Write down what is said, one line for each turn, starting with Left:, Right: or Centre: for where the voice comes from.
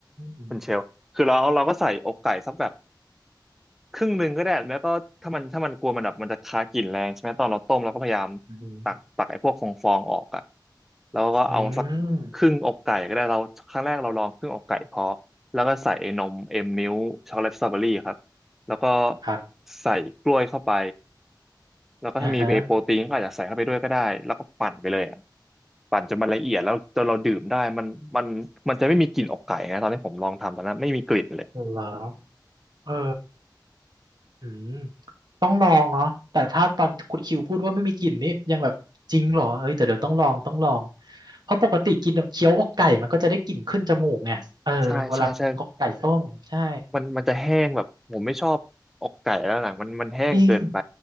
Right: ม
Centre: คุณเชลคือเราเราก็ใส่อกไก่สักแบบ ครึ่งหนึ่งก็ได้แล้วก็ถ้ามันถ้ามันกลัวมันแบบมันจะคากลิ่นแรงใช่ไหมตอนเราต้มเราก็พยายาม
Right: อืม
Centre: ตักตักไอ้พวกฟองฟองออกอ่ะแล้วก็เอาสักครึ่งอกไก่ก็ได้เราครั้งแรกเราลองครึ่งอกไก่พอ
Right: อืม
Centre: แล้วก็ใส่ไอ้นมเอ็มมิลช็อกโกแลตสตรอเบอรี่ครับแล้วก็
Right: ครับ
Centre: ใส่กล้วยเข้าไปแล้วก็ถ้ามีโปรตีนก็อาจจะใส่เข้าไปด้วยก็ได้แล้วก็ปั่นไปเลยอะ
Right: อ่าฮะ
Centre: ปั่นจนมันละเอียดแล้วจนเราดื่มได้มันมันมันจะไม่มีกลิ่นอกไก่นะตอนที่ผมลองทำตอนนั้นไม่มีกลิ่นเลย
Right: เหรอเออ อืมต้องลองเนาะแต่ถ้าตอนคุณคิวพูดว่าไม่มีกลิ่นนี่ยังแบบจริงเหรอเฮ้ยแต่เดี๋ยวต้องลองต้องลองเพราะปกติกินเคี้ยวอกไก่มันก็จะได้กลิ่นขึ้นจมูกไงเออเวลาอกไก่ต้มใช่
Centre: ใช่ใช่ใช่ มันมันจะแห้งแบบผมไม่ชอบอกไก่แล้วหลังมันมันแห้งเกินไป
Right: จริง